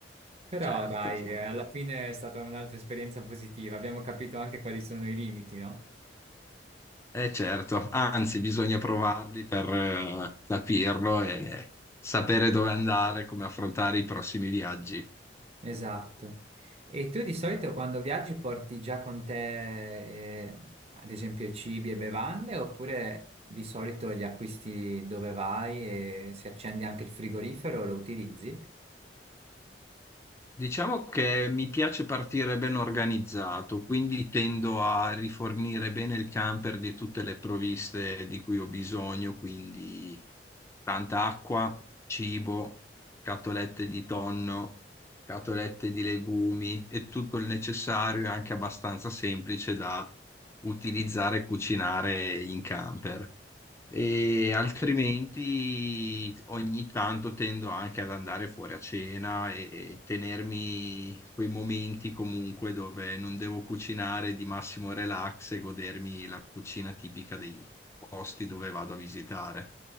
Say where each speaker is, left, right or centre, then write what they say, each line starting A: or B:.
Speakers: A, on the right (about 35°); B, on the left (about 15°).
A: Però
B: Certo.
A: dai, eh, alla fine è stata un'altra esperienza positiva, abbiamo capito anche quali sono i limiti, no?
B: Eh certo, anzi bisogna provarli per eh, capirlo e sapere dove andare, come affrontare i prossimi viaggi.
A: Esatto. E tu di solito quando viaggi porti già con te, eh, ad esempio, cibi e bevande, oppure di solito li acquisti dove vai e se accendi anche il frigorifero lo utilizzi?
B: Diciamo che mi piace partire ben organizzato, quindi tendo a rifornire bene il camper di tutte le provviste di cui ho bisogno, quindi tanta acqua, cibo, scatolette di tonno, scatolette di legumi e tutto il necessario e anche abbastanza semplice da utilizzare e cucinare in camper. E altrimenti ogni tanto tendo anche ad andare fuori a cena e e tenermi quei momenti comunque dove non devo cucinare di massimo relax e godermi la cucina tipica dei posti dove vado a visitare.